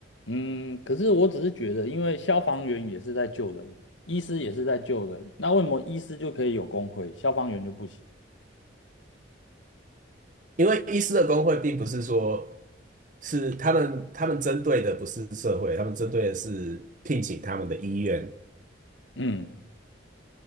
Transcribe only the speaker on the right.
因为医师的工会并不是说是他们他们针对的不是社会，他们针对的是聘请他们的医院。